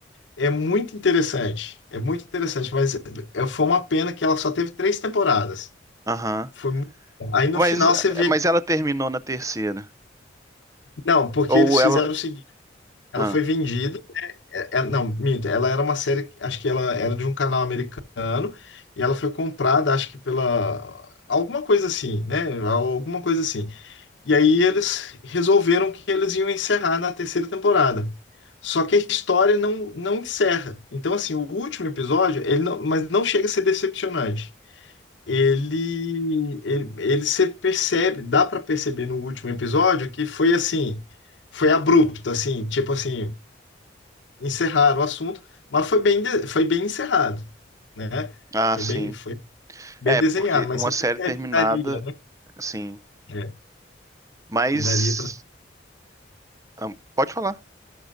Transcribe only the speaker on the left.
É muito interessante, é muito interessante, mas é- foi uma pena que ela só teve três temporadas.
Foi muito... bom. Aí no
final você vê,
que-
não, porque
eles
fizeram o seguinte, ela
foi vendida, é- é- não, minto, ela era uma série, acho que ela era de um canal americano, e ela foi comprada, acho que pela, alguma coisa assim, né, alguma coisa assim. E aí eles resolveram que eles iam encerrar na terceira temporada. Só que a história não, não encerra. Então, assim, o último episódio, ele não, mas não chega a ser decepcionante. Ele, ele, ele se percebe, dá para perceber no último episódio que foi assim, foi abrupto, assim, tipo assim, encerraram o assunto, mas foi bem, de- foi bem encerrado, né?
Foi
bem, foi bem
desenhado,
mas
você
percebe
que daria, né?
É,
que daria